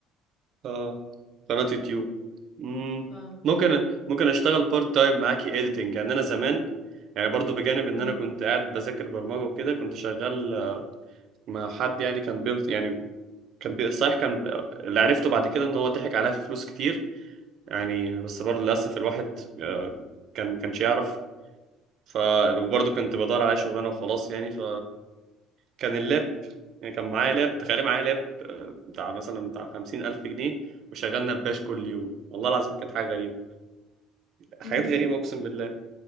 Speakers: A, on the right (about 50°); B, on the left (about 60°).
A: اه قناة يوتيوب مم.
B: اه
A: ممكن ممكن اشتغل بارت تايم معاكي اديتنج يعني انا زمان يعني برضو بجانب ان
B: امم
A: انا كنت قاعد بذاكر برمجة وكده كنت شغال مع حد يعني كان بي... يعني كان بي... صحيح كان اللي عرفته بعد كده ان هو ضحك عليا في فلوس كتير يعني بس برضه للاسف الواحد آه، كان ما كانش يعرف ف وبرضه كنت بدور على شغلانه وخلاص يعني ف كان اللاب يعني كان معايا لاب تخيل معايا لاب آه، بتاع مثلا بتاع خمسين ألف جنيه وشغلنا بباش كل يوم والله العظيم كانت حاجة غريبة حاجات
B: مهم.
A: غريبة أقسم بالله